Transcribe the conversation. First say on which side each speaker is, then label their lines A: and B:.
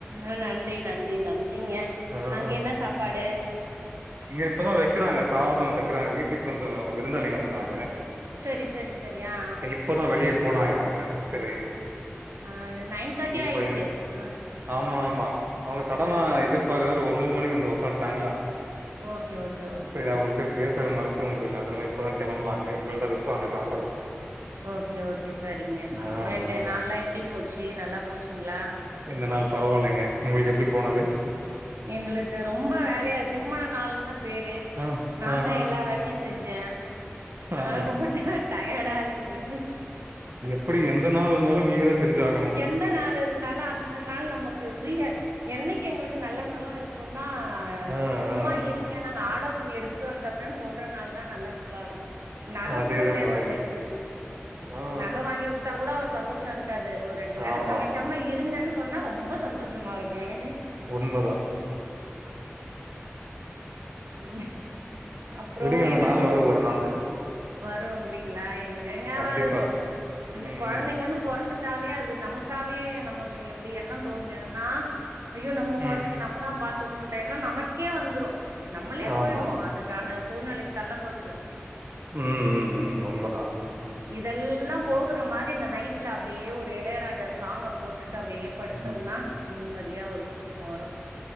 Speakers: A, on the right; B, on the right.
A: ஆ நன்றி நன்றி நன்றிங்க
B: ஆஹா
A: அங்க என்ன சாப்பாடு
B: இங்க இப்பதா வெக்கிறாங்க சாதோ வெக்கிறாங்க வீட்டுக்கு கொஞ்சோ விருந்தாளிங்க வந்திருந்தாங்க
A: செரி செரி செரி ஆ
B: இப்பதா வெளியே போனாங்க அவ்ங்க சரி
A: ஆ நைன் தேர்ட்டி
B: இப்ப
A: ஆயிடுச்சு
B: எனக்
A: ஆ
B: ஆமா ஆமா அவ்ங்க சடனா
A: ஆ
B: எதிர் ப எல்லாரு ஒன்பது மணிக்கு வந்து உக்காந்துட்டாங்கல்ல‌
A: ஓகே ஓகே ஓகேங்க
B: செரி அவங்கள்ட்ட பேச மறுக்கவு முடியல அதனால இப்பதா கெளம்புனாங்க இனிமேல்தா வெப்பாங்க சாப்பாடு
A: ஓகே ஓகே சரிங்க
B: ஆ
A: அப்றோ
B: ஆ
A: இன்டய நாள்லா எப்டி போச்சு நல்லா போச்சுங்ளா
B: இந்த நாள் பரவால்லைங்க உங்களுக்கு எப்டி போனது
A: எங்களுக்கு ரொம்ப வேலையா திருமண நாள் தா பேரு
B: ஆ
A: நாந்தா
B: ஆஹா
A: எல்லா வேலயு செ செஞ்சே ஆனால
B: ஆ
A: ரொம்ப டய டய‌டா இருக்குது
B: எப்டி எந்த நாள் இருந்தாலு நீங்க தா செஞ்சு ஆகணு
A: எந்த நாள் இருந்தாலு அந்த நாள் நமக்கு ஃப்ரீயா என்னக்கீ எங்களுக்கு நல்ல நாளா இருக்குன்னா யோச்சு
B: ஆ
A: சும்மா
B: ஆ
A: இரிங்க நாங்க ஆடர் பண்ணி எடுத்துட்டு வந்துறேன்னு சொல்ற நாள் தா நல்ல நாளாருக்கு நக
B: அதேதா
A: கூட தேவயில்ல
B: பாருங்க
A: எங்களுக்கு
B: ஆ
A: நக வாங்கி குடுத் தா கூட அவ்ளோ சந்தோஷோ இருக்காது ஒரு ரெண்டு
B: ஆ
A: வேல
B: ஆமா
A: சமக்காம இருங்கன்னு சொ சொன்னா ரொம்ப சந்தோஷமாருக்கும் எனக்கு
B: உண்மதா
A: ம் அப்றோ
B: விடுங்க அந்த
A: என்னா
B: நாள்
A: தூ
B: வரு ஒரு நாள்ல
A: வருங்கிறீங்களா எங்கெங்க
B: கண்டிப்பா
A: வருது ரெண்டு
B: ம்
A: கொழந்தைங்கன்னு பொறந்துட்டாலே அது நமக் காவே நமக்கு எப்டி எண்ணோ தோண்டிடுன்னா ஐயோ நம்ம கொழந்தைங்க
B: ம்
A: நம்மதா பாத் த்துக்கணுங்ற எண்ணம் நமக்கே வந்துரு நம்மளே
B: ஆமா
A: போயிடுவோ அதுக்கான சூழ்நிலைக்கு தள்ளப்பட்டுருவோ
B: ம் ம் ம் உண்மதா
A: இதெல்லா போகுற மா தி இந்த நைட்ல அப்டியே ஒரு எளையராஜா சாங்க போட்டுட்டு அப்டியே படுத்தோம்னா
B: ம்
A: நிம்மதியா ஒரு தூக் கோ வரும்